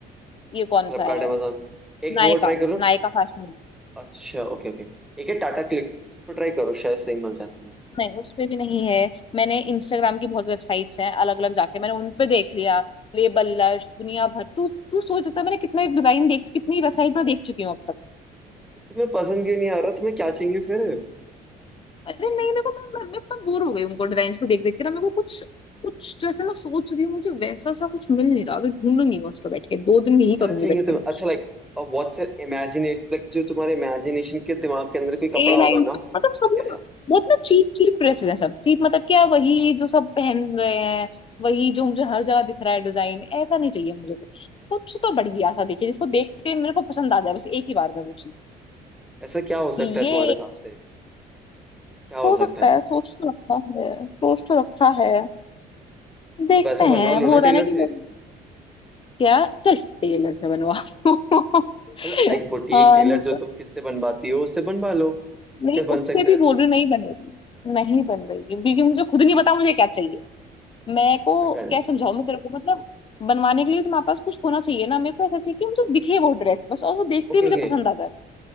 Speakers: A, on the left; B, in the centre.
A: ये कौन
B: फ्लिपकार्ट
A: सा है
B: Amazon एक
A: नायका
B: वो ट्राई करो
A: नायका फैशन वीक
B: अच्छा ओके ओके एक है टाटा क्लिक उस पर ट्राई करो शायद सही मिल जाए तुम्हें
A: नहीं उस पे भी नहीं है मैंने इंस्टाग्राम की बहुत वेबसाइट्स हैं अलग अलग जाके मैंने उन पे देख लिया लेबल लश दुनिया भर तू तू सोच सकता है मैंने कितना डिजाइन देख कितनी वेबसाइट में देख चुकी हूँ अब तक
B: तुम्हें पसंद क्यों नहीं आ रहा तुम्हें क्या चाहिए फिर
A: अरे नहीं मेरे को मैं, मैं, मैं, मैं बोर हो गई उनको डिजाइन को देख देख के ना मेरे को कुछ कुछ जैसे मैं सोच रही हूँ मुझे वैसा सा कुछ मिल नहीं रहा अभी ढूंढूंगी मैं उसको बैठ के दो दिन यही करूंगी
B: क्या चाहिए
A: बैठ के
B: तुम्हें
A: मैं
B: अच्छा लाइक व्हाट्स इमेजिनेट लाइक जो तुम्हारे इमेजिनेशन के दिमाग के अंदर कोई कपड़ा
A: ए
B: होगा
A: लाइन
B: ना
A: मतलब सब
B: कैसा
A: ना बहुत ना चीप चीप ड्रेसेस हैं सब चीप मतलब क्या वही जो सब पहन रहे हैं वही जो मुझे हर जगह दिख रहा है डिजाइन ऐसा नहीं चाहिए मुझे कुछ कुछ तो बढ़िया सा दिखे जिसको देख के मेरे को पसंद आ जाए बस एक ही बार में वो चीज
B: ऐसा क्या हो सकता
A: कि
B: है
A: ये
B: तुम्हारे हिसाब से क्या हो
A: हो
B: सकता
A: सकता
B: है
A: है सोच तो रखा है सोच तो रखा है देखते
B: तो वैसा
A: हैं
B: बनवा
A: वो
B: लो
A: होता
B: ना
A: है
B: टेलर
A: ना कि
B: से
A: जब क्या चल टेलर से बनवा लो।
B: मतलब लाइक बुटीक
A: हाँ
B: टेलर
A: नहीं तो
B: जो तुम किससे बनवाती हो उससे बनवा लो
A: नहीं
B: अगर
A: उससे
B: बन सकता
A: भी
B: है
A: बोल
B: तो
A: रही हूँ, नहीं बनेगी नहीं बन रही क्योंकि मुझे खुद नहीं पता मुझे क्या चाहिए मैं को
B: हाँ, गन
A: क्या समझाऊं मैं तेरे को मतलब बनवाने के लिए तुम्हारे पास कुछ होना चाहिए ना मेरे को ऐसा चाहिए कि मुझे दिखे वो ड्रेस बस और वो देखते
B: Okay
A: ही मुझे
B: okay
A: पसंद आ जाए